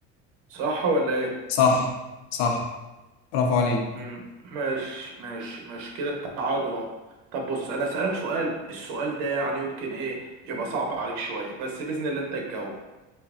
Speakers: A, on the right; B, on the left.
A: صح ولا ايه
B: صح صح برافو عليك
A: مم، ماشي ماشي ماشي كده التعادل اهو طب بص انا اسالك سؤال السؤال ده يعني يمكن ايه يبقى صعب عليك شويه بس باذن الله انت تجاوب